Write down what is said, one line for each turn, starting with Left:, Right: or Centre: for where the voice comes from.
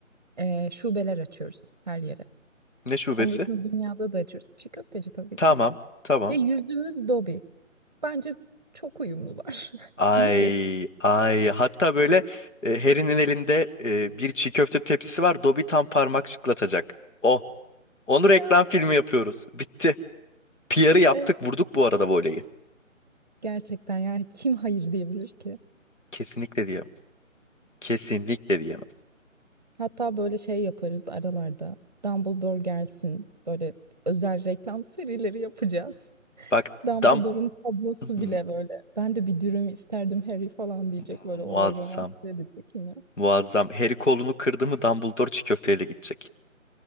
Right: E, şubeler açıyoruz her yere.
Left: Ne şubesi?
Right: Onun dışında dünyada da açıyoruz. Çiğ köfteci tabii
Left: Tamam,
Right: ki.
Left: tamam.
Right: Ve yüzümüz Dobby. Bence çok uyumlular. <laughs>
Left: Ay
Right: Ne diyorsun?
Left: ay hatta böyle e, Harry'nin elinde e, bir çiğ köfte tepsisi var. Dobby tam parmak şıklatacak. Oh onu reklam
Right: Ya
Left: filmi yapıyoruz. Bitti. PR'ı yaptık
Right: evet,
Left: vurduk bu arada voleyi.
Right: gerçekten yani kim hayır diyebilir ki?
Left: Kesinlikle diyemez. Kesinlikle diyemez.
Right: Hatta böyle şey yaparız aralarda. Dumbledore gelsin. Böyle özel reklam serileri yapacağız.
Left: Bak
Right: Dumbledore'un
Left: dam
Right: tablosu
Left: Hmm,
Right: bile böyle. Ben de bir dürüm isterdim Harry falan
Left: <laughs>
Right: diyecek böyle olayı
Left: muazzam.
Right: romantize edecek yine.
Left: Muazzam. Harry kolunu kırdı mı Dumbledore çiğ köfteyle gidecek.